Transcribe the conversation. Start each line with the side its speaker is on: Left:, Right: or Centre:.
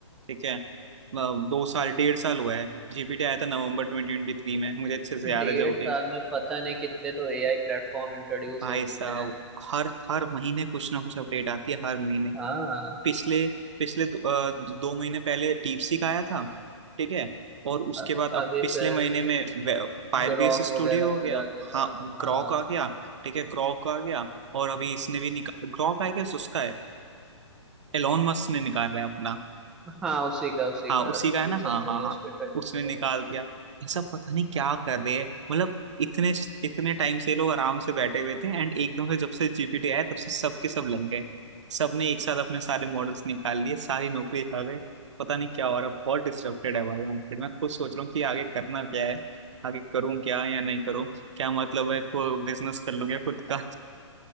Right: ठीक है अ, दो साल डेढ़ साल हुआ है जीपीटी आया था नवंबर ट्वेंटी ट्वेंटी थ्री में मुझे अच्छे से याद
Centre: डेढ़
Right: है जब
Centre: साल
Right: ये-
Centre: में पता नहीं कितने तो एआई प्लेटफॉर्म इंट्रोड्यूस
Right: भाई
Centre: हो
Right: साहब
Centre: चुके हैं
Right: हर हर महीने कुछ ना कुछ अपडेट आती है हर महीने
Centre: हाँ
Right: पिछले पिछले दो, अ, दो महीने पहले डीपसीक आया था ठीक है और उसके
Centre: अ-
Right: बाद अब
Centre: अभी
Right: पिछले
Centre: फिर
Right: महीने में फायरबेस
Centre: ग्रॉक
Right: स्टूडियो
Centre: वगैरह
Right: हो
Centre: कोई
Right: गया
Centre: आ गया था
Right: हाँ ग्रॉक
Centre: हाँ
Right: आ गया ठीक है ग्रॉक आ गया और अभी इसने भी निकाल ग्रॉक आएगा उसका है एलोन मस्क ने निकाला है अपना
Centre: हाँ उसी का उसी
Right: हाँ
Centre: का
Right: उसी का है
Centre: अभी
Right: ना
Centre: चल
Right: हाँ हाँ
Centre: रही है
Right: हाँ
Centre: उसकी ट्रेनिंग
Right: उसने
Centre: वगैरह
Right: निकाल दिया ये सब पता नहीं क्या कर रहे हैं मतलब इतने इतने टाइम से ये लोग आराम से बैठे हुए थे एंड एकदम से जब से जीपीटी आया तब से सबके सब लग गए सबने एक साथ अपने सारे मॉडल्स निकाल लिए सारी नौकरी खा गए पता नहीं क्या हो रहा है बहुत डिस्टर्बेड है भाई मार्केट मैं खुद सोच रहा हूँ कि आगे करना क्या है आगे करूँ क्या या नहीं करूँ क्या मतलब है को बिजनेस कर लूँ या खुद का